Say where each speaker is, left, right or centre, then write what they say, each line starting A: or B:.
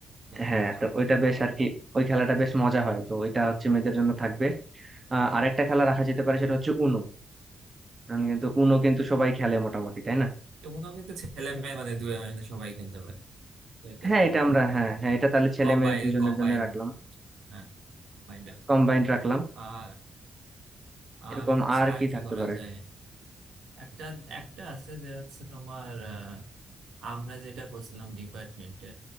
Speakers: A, on the right; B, on the right.
A: করা,
B: হ্যাঁ
A: গান
B: তো ওইটা
A: দিয়ে
B: বেশ আর কি ওই খেলাটা বেশ মজা হয় তো ওইটা হচ্ছে মেয়েদের জন্য থাকবে আহ, আরেকটা খেলা রাখা যেতে পারে সেটা হচ্ছে উনো কিন্তু উনো কিন্তু সবাই খেলে মোটামুটি তাই না
A: এগুলো কিন্তু ছেলে মেয়ে মানে দুই মানে সবাই খেলতে পারে তো এটা
B: হ্যাঁ
A: তো
B: এটা আমরা হ্যাঁ হ্যাঁ এটা তাহলে ছেলে
A: কম্বাইন
B: মেয়ে দুজনের
A: কম্বাইন
B: জন্য রাখলাম
A: হ্যাঁ কম্বাইন ডাকলো
B: কম্বাইন্ড রাখলাম
A: আর
B: এরকম
A: আর হচ্ছে
B: আর
A: আর
B: কি
A: কি
B: থাকতে
A: করা
B: পারে
A: যায় একটা একটা আছে যে হচ্ছে তোমার আহ, আমরা যেটা করছিলাম ডিপার্টমেন্টে